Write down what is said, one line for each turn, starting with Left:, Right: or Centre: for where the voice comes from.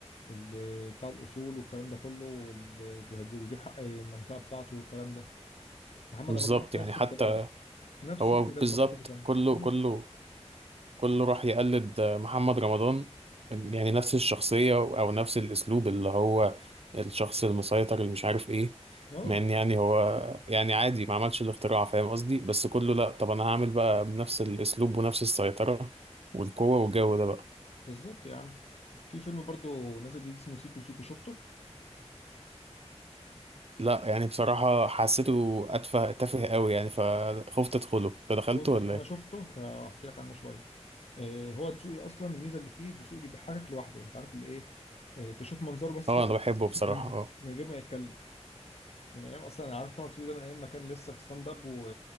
Left: اللي بتاع الاصول والكلام ده كله واللي بيهد- بيجيب حق المنطقه بتاعته والكلام ده محمد
Right: بالظبط
Left: رمضان برضه
Right: يعني
Left: نفس
Right: حتى
Left: الكلام نفس
Right: هو
Left: الكلام
Right: بالظبط
Left: برضه كل سنه
Right: كله
Left: مم.
Right: كله كله راح يقلد محمد رمضان يعني نفس الشخصية أو نفس الأسلوب اللي هو الشخص المسيطر اللي مش عارف إيه
Left: اه
Right: مع إن يعني هو يعني عادي ما عملش الاختراع فاهم قصدي بس كله لأ طب أنا هعمل بقى بنفس الأسلوب ونفس السيطرة والقوة والجو ده بقى
Left: بالظبط يا عم في فيلم برضو نازل جديد اسمه سيكو سيكو شفته
Right: لأ يعني بصراحة حسيته أتفه تافه قوي يعني فخفت أدخله أنت دخلته
Left: بص
Right: ولا
Left: وانا
Right: إيه؟
Left: شفته آه، هحكي لك عنه شويه آه، هو دسوقي اصلا الميزه اللي فيه دسوقي بيضحكك لوحده انت عارف اللي ايه آه، تشوف منظره بس
Right: أه
Left: كده
Right: أنا بحبه
Left: بتضحك
Right: بصراحة
Left: <laughs>
Right: أه
Left: من غير ما يتكلم من ايام اصلا انا عارف طه دسوقي ده من ايام ما كان لسه في ستاند اب و...